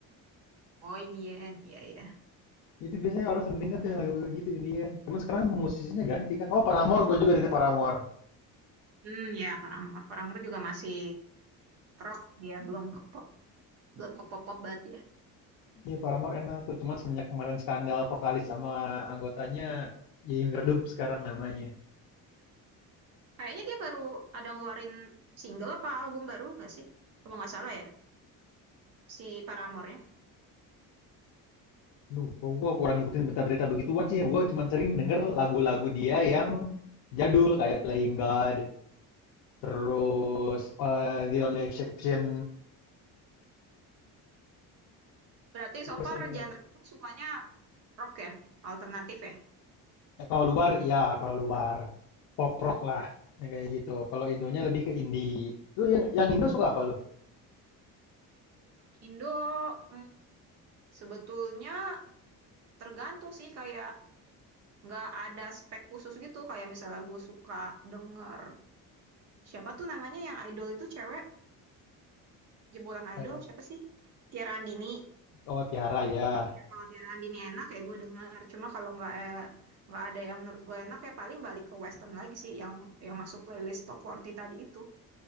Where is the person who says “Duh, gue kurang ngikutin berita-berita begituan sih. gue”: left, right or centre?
Left